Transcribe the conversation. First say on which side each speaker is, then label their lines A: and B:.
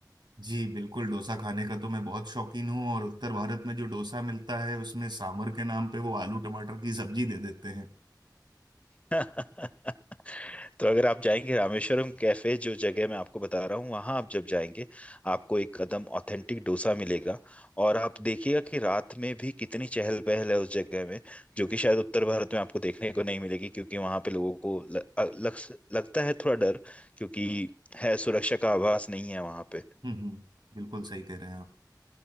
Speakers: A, on the right; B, on the left.
A: जी, बिल्कुल डोसा खाने का तो मैं बहुत शौकीन हूँ और उत्तर भारत में जो डोसा मिलता है उसमें सांभर के नाम पे वो आलू टमाटर की सब्जी दे देते हैं
B: <laughs> तो अगर आप जाएंगे रामेश्वरम कैफे जो जगह मैं आपको बता रहा हूँ वहां आप जब जाएंगे आपको एक कदम ऑथेंटिक डोसा मिलेगा और आप देखिएगा कि रात में भी कितनी चहल पहल है उस जगह में जो कि शायद उत्तर भारत में आपको देखने को नहीं मिलेगी क्योंकि वहां पे लोगों को ल, अ- लग, लगता है थोड़ा डर क्योंकि है सुरक्षा का आभास नहीं है वहां पे
A: हम्म हम्म बिल्कुल सही कह रहे हैं आप